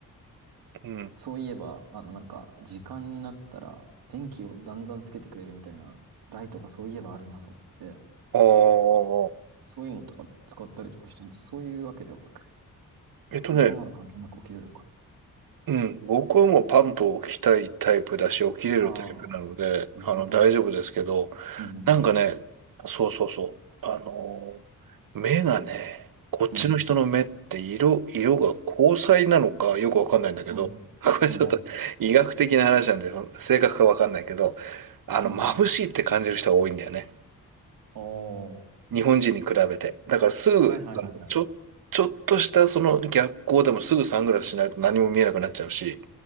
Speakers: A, on the right; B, on the right.
A: うん。
B: そういえば、あの、なんか、時間になったら、電気をだんだんつけてくれるみたいな、ライトがそういえばあるなと思って、
A: ああ、
B: そういうのとか使ったりとかしてます。そういうわけではなく、
A: えっとね、
B: 別にそんなの関係なく起きれるのか
A: うん、僕はもうパンと起きたいタイプだし、起きれるタイプなので、
B: な。ああ、うん、
A: あの、大丈夫ですけど、
B: うん、うん、
A: なんかね、そうそうそう、あのー、目がね、こっちの人の目って色、
B: うん、
A: 色が虹彩なのかよくわかんないんだけど、
B: うん、
A: <laughs> これちょっと医学的な話なんで、
B: うん、
A: 正確かわかんないけど、あの、
B: うん。
A: 眩しいって感じる人が多いんだよね。
B: ああ、は
A: 日本人に比べて。だからすぐ、
B: いはいはいはい。
A: あのちょ、ちょっとしたその逆光でもすぐサングラスしないと何も見えなくなっちゃうし、